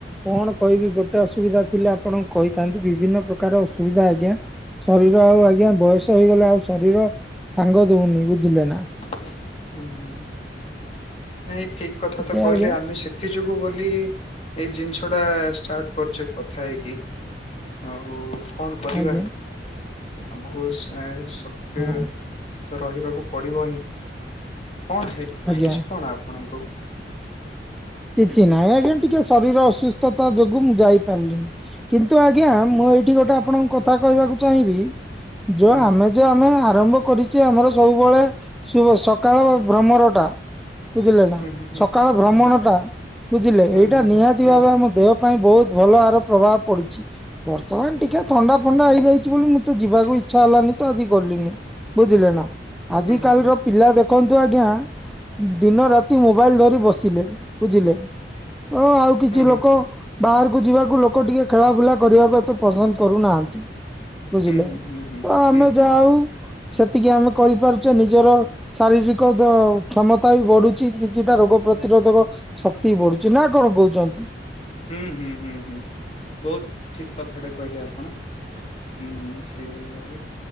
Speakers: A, in the centre; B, on the left.
A: କଣ? କହିବି ଗୋଟେ ଅସୁବିଧା ଥିଲେ ଆପଣଙ୍କୁ କହିଥାନ୍ତି। ବିଭିନ୍ନ ପ୍ରକାର ଅସୁବିଧା ଆଜ୍ଞା। ଶରୀର ଆଉ ଆଜ୍ଞା ବୟସ ହେଇଗଲେ ଆଉ ଶରୀର ସାଙ୍ଗ ଦଉନି ବୁଝିଲେ ନା।
B: ହୁଁ ହୁଁ ନାଇଁ ଠିକ କଥା
A: ଟିକେ
B: ତ କହିଲେ।
A: ଆଜ୍ଞା
B: ଆମେ ସେ ଏଥି ଯୋଗୁ ବୋଲି ଏଇ ଜିନିଷ ଟା ଷ୍ଟାର୍ଟ କରୁଛେ କଥା ହେଇକି। ଆଉ କଣ କରିବା?
A: ଆଜ୍ଞା
B: ଆମକୁ ଆ ଶକ୍ତି
A: ହଁ
B: ତ ରହିବାକୁ ପଡିବ ହିଁ। କଣ ହେ
A: ଆଜ୍ଞା।
B: ହେଇଛି କଣ ଆପଣଙ୍କୁ?
A: କିଛି ନାହିଁ ଆଜ୍ଞା। ଟିକେ ଶରୀର ଅସୁସ୍ଥତା ଯୋଗୁ ମୁଁ ଯାଇପାରିଲିନି। କିନ୍ତୁ ଆଜ୍ଞା
B: ହୁଁ
A: ମୁଁ ଏଇଠି ଗୋଟେ ଆପଣଙ୍କୁ କଥା କହିବାକୁ ଚାହିଁବି।
B: ହୁଁ
A: ଯୋ ଆମେ ଯେ ଆମେ ଆରମ୍ଭ କରିଛେ ଆମର ସବୁବେଳେ ଶୁ ସକାଳ ଭ୍ରମରଟା। ବୁଝିଲେ ନା
B: ହୁଁ ହୁଁ
A: ସକାଳ ଭ୍ରମଣ
B: ହୁଁ।
A: ଟା। ବୁଝିଲେ
B: ହୁଁ
A: ଏଇଟା
B: ହୁଁ
A: ନିହାତି
B: ହୁଁ ହୁଁ
A: ଭାବେ ଆମ ଦେହ ପାଇଁ ବହୁତ ଭଲ ଆହାର ପ୍ରଭାବ ପଡିଛି। ବର୍ତ୍ତମାନ ଟିକେ ଥଣ୍ଡା ଫଣ୍ଡା ହେଇଯାଇଛି ବୋଲି ମତେ ଯିବାକୁ ଇଛ ଛା ହେଲାନି ତ ଆଜି ଗଲିନି ବୁଝିଲେ ନା। ଆଜି
B: ହୁଁ ହୁଁ
A: କାଲିର
B: ହୁଁ
A: ପିଲା ଦେଖନ୍ତୁ ଆଜ୍ଞା ଦିନ ରାତି ମୋବାଇଲ ଧରି ବସିଲେ। ବୁଝିଲେ ତ ଆଉ କିଛି
B: ହୁଁ ହୁଁ ହୁଁ ହୁଁ
A: ଲୋକ
B: ହୁଁ।
A: ବାହାରକୁ ଯିବାକୁ ଲୋକ ଲୋକ ଟିକେ ଖେଳାବୁଲା କରିବାକୁ ଏତେ ପସନ୍ଦ କରୁନାହାନ୍ତି। ବୁଝିଲେ
B: ହୁଁ ହୁଁ ହୁଁ ହୁଁ
A: ତ ଆମେ
B: ହୁଁ ହୁଁ
A: ଯାହଉ ସେତିକି ଆମେ କରିପାରୁଛେ। ନିଜର ଶାରୀରିକ କ୍ଷମତା ବି ବଢୁଛି। କିଛିଟା ରୋଗ ପ୍ରତିରୋଧକ ଶକ୍ତି ବଢୁଛି ନା କଣ କହୁଛନ୍ତି?
B: ହୁଁ ହୁଁ ହୁଁ ହୁଁ ବହୁତ ଠିକ କଥାଟା କହିଲେ ଆପଣ। ହୁଁ ସେଇଭଳି ଭାବେ।